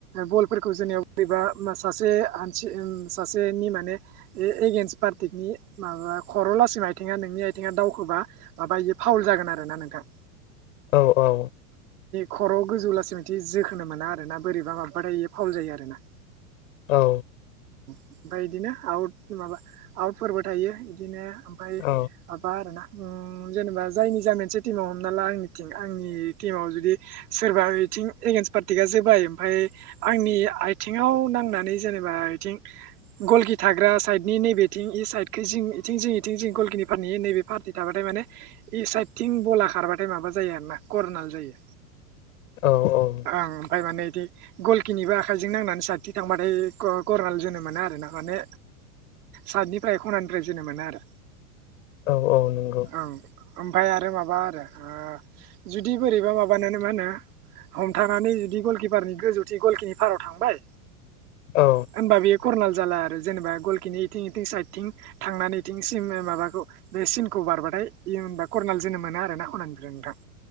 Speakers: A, on the right; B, on the left.
A: बलफोरखौ जोंनिाव बोरैबा सासे आनसि ओम सासेनि माने ए एगेन्स्ट पार्टिकनि माबा खर' लासिम आइथिंआ नोंनि आयथिंआ दावखोबा माबायो फावल जागोन आरोना नोंथां
B: औ औ
A: खर'आव गोजौ लासै थि जोखोनो मोना आरोना बोरैबा माबाथाय फावल जायो आरोना
B: औ।
A: ओमफाय इदिनो आउट माबा आउटफोरबो थायो इदिनो ओमफाय
B: औ
A: माबा आरोना ओम जेनेबा जायनि जा मोनसे टिमाव हमना ला आंनिथिं आंनि टिमाव जुदि सोरबा इथिं ए पार्टिकआ जोबाय ओमफाय आंनि आथिङाव नांनानै जेनेबा इथिं गलकि थाग्रा साइडनि नैबेथिं इ साइडखै इथिं जिं इथिं जि गल किपारनि नैबे पार्टि थाबाथाय माने इसायदथिं बला खारबाथाय माबा जायो आरो ना करनाल जायो
B: औ औ
A: ओं ओमफ्राय माने बिदि गलखिनिबो आखायजों नांनानै साथि थांबाथाय करनाल जोनो मोना आरोना माने सातनिफ्राय खनानिफ्राय जोनो मोनो आरो।
B: औ औ नंगौ
A: ओं ओमफ्राय आरो माबा आरो ओ जुदि बोरैबा माबानो मा होनो हमथानानै जुदि गलकिपारनि गोजौथि गलखिनि पाराव थांबाय
B: औ
A: होनबा बेयो कर्नाल जाला। आरो जेनेबा गलखिनि इथिं इथिं साइडथिं थांनानैथिं सिम माबाखौ बे सिनखौ बारबाथाय। बि होनबा करनाल जोनोम मोनो आरोना खनानिफ्राय नोंथां।